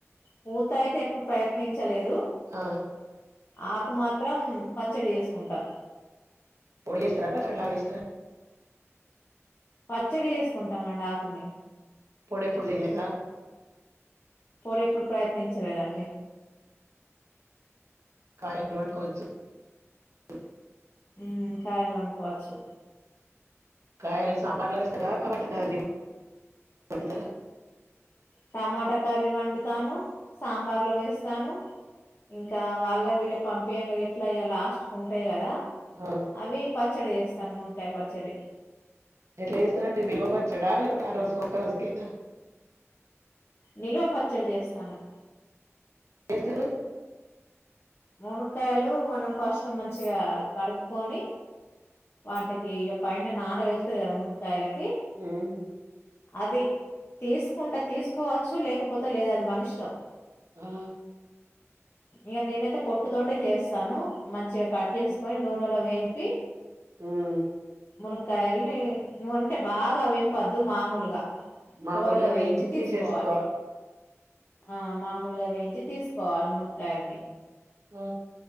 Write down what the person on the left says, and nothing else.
పూత అయితే ఎప్పుడు ప్రయత్నించలేదు
ఆకు మాత్రం పచ్చడి చేసుకుంటాం
పచ్చడి చేసుకుంటామండి ఆకుని
పొడి ఎప్పుడు ప్రయత్నించలేదండి
ఊ కాయలు వండుకోవచ్చు
టమాటా కర్రీ వండుతాను సాంబార్ లో వేస్తాను ఇంకా వాళ్ళ వీళ్ళు పంపియంగ ఇట్లా ఇగ లాస్ట్ కుంటాయి కదా
అవి పచ్చడి చేస్తాను మునక్కాయ పచ్చడి
నిల్వ పచ్చడి చేస్తాను
మునక్కాయలు మనం ఫస్ట్ మంచిగా కడుక్కోని వాటికి పైన నార వెళ్తది కదా మునక్కాయలకి
అది తీసుకుంటా తీసుకోవచ్చు లేకపోతే లేదు అది మన ఇష్టం
ఇక నేనైతే పొట్టు తోటే చేస్తాను మంచిగా కట్ చేసుకొని నూనెలో వేంపి
మునక్కయల్ని నువ్వుంటే బాగా వేంపద్దు మామూలుగా
దోరగా వేయించి తీసుకోవాలి
ఆ మామూలుగా వేయించి తీసుకోవాలి మున కాయలని